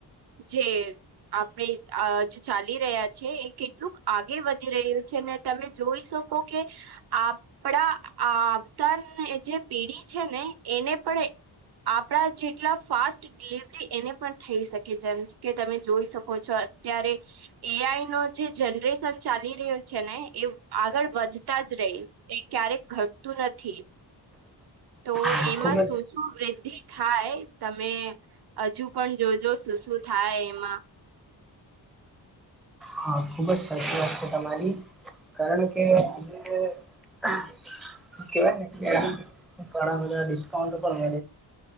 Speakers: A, on the right; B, in the centre.
A: જે આપણે આ જે ચાલી રહ્યા છે એ કેટલુંક આગે વધી રહ્યું છે ને તમે જોઈ શકો કે આપણા આવતા જે પેઢી છે ને એને પણ આપણા જે કેટલા ફાસ્ટ ડિલિવરી એને પણ થઈ શકે જેમ કે તમે જોઈ શકો છો અત્યારે એઆઈ નો જે જનરેશન ચાલી રહ્યો છે ને એ આગળ વધતા જ રહી એ ક્યારેક ઘટતું નથી તો
B: હા
A: એમાં
B: ખૂબ જ
A: શું શું વૃદ્ધિ થાય, તમે હજુ પણ જો જો, શું શું થાય એમાં?
B: હા, ખુબ જ સાચી વાત છે તમારી, કારણ કે આજે <unintelligible> કણા ડિસ્કાઉન્ટ કોડ